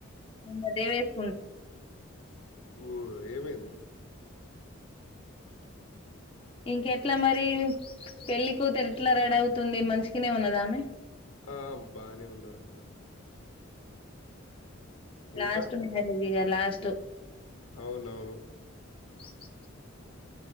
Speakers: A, on the left; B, on the left.
A: మే అదే వేసుకుంటా
B: ఊ ఏమైంది <inaudible>
A: ఇంకెట్లా మరి పెళ్లి కూతురి ఎట్లా రెడవుతుంది మంచిగానే ఉన్నదామె
B: ఆ బాగానే ఉన్నరు అందరు
A: లాస్ట్
B: ఇంకా?
A: మ్యారేజ్ ఇగా లాస్ట్
B: అవునవును
A: <inaudible>